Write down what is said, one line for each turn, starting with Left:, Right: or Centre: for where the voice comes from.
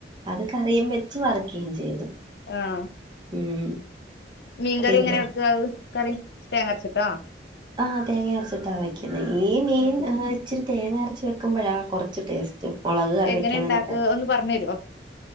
Right: അത് കറിയും വെച്ച് വറുക്കുകയും ചെയ്തു
Left: ആഹ്
Right: ഉം
Left: മീൻകറി
Right: പിന്നെ
Left: എങ്ങനെ വെക്ക അഹ് കറി തേങ്ങര്ച്ചിട്ടാ?
Right: ആഹ് തേങ്ങ അരാച്ചിട്ടാ വെക്കുന്നത് ഈ മീൻ
Left: ഉം
Right: ഇച്ചിരി തേങ്ങ അരച്ച് വെക്കുമ്പോഴാ കുറച്ച് ടേസ്റ്റ് മുളക് കറിവെക്കുന്നതിനെകാട്ടി
Left: എങ്ങനെ ഇണ്ടാക്കാ ഒന്ന് പറഞ്ഞു തരോ